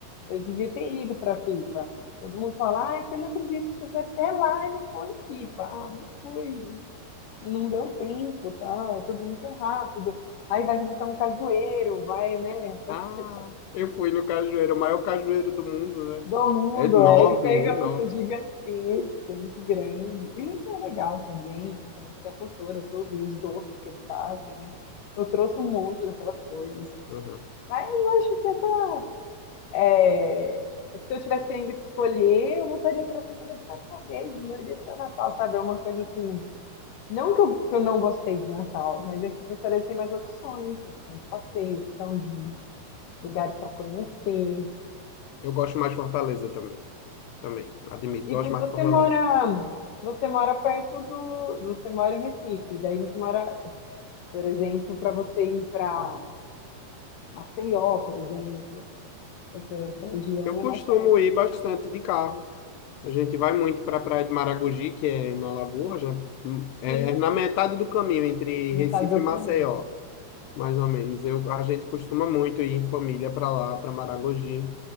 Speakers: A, on the left; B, on the left.
A: Eu devia ter ido para Pipa. Todo mundo fala, ah, você não acredita que você foi até lá e não foi em Pipa. Ah, não fui não deu tempo, tal, tudo muito rápido. Aí vai visitar um cajueiro, vai, né, essa
B: Ah,
A: coisa
B: eu fui no cajueiro, o maior cajueiro do mundo, né?
A: do mundo.
B: É enorme,
A: é ele pega
B: enorme.
A: um urso gigantesco, muito grande. E muito legal também conhecer a cultura toda e os doces que eles fazem, né? Eu trouxe um monte daquelas coisas.
B: Uhum.
A: Mas eu acho que essa, é, se eu tivesse ainda que escolher, eu voltaria para a Fortaleza mais uma vez, e não iria para Natal, sabe? É uma coisa assim, Não que eu, que eu não gostei de Natal, mas aqui em Fortaleza tem mais opções, opção de passeio, opção de lugares para conhecer.
B: Eu gosto mais de Fortaleza também. Também, admito,
A: E,
B: gosto
A: mas
B: mais
A: você
B: de Fortaleza.
A: mora, você mora perto do, você mora em Recife, daí você mora, por exemplo, para você ir para Maceió, por exemplo, essa, essa região
B: Eu costumo
A: é mais perto.
B: ir bastante de carro. A gente vai muito para a Praia de Maragogi, que é na Lagoa, já, hum, é
A: Sim,
B: na metade do caminho entre
A: metade
B: Recife
A: do
B: e Maceió.
A: caminho.
B: mais ou menos. Eu, a gente costuma muito ir em família para lá, para Maragogi.